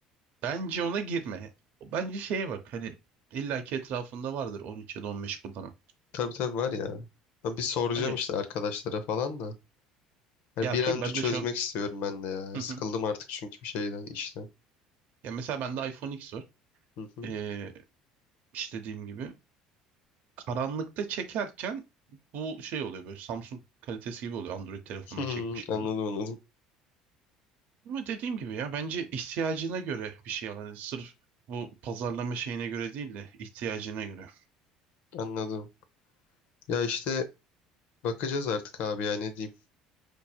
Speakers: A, on the right (about 60°); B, on the left (about 65°).
A: Bence ona girme. Bence şeye bak hani illaki etrafında vardır 13 ya da 15 kullanan.
B: Tabii tabii var ya. Ben bir soracağım
A: Hani
B: işte arkadaşlara falan da. Hani
A: ya
B: bir
A: tüm
B: an önce
A: ben
B: çözmek
A: de şu an
B: istiyorum ben de ya.
A: Hı
B: Sıkıldım
A: hı.
B: artık çünkü bir şeyden işten.
A: Ya mesela bende iPhone X var.
B: Hı hı.
A: Ee, işte dediğim gibi karanlıkta çekerken bu şey oluyor böyle Samsung kalitesi gibi oluyor Android telefondan
B: <laughs>
A: çekmişim
B: Anladım
A: gibi.
B: anladım.
A: Ama dediğim gibi ya bence ihtiyacına göre bir şey al. Hani sırf bu pazarlama şeyine göre değil de ihtiyacına göre.
B: Anladım. Ya işte bakacağız artık abi ya ne diyeyim.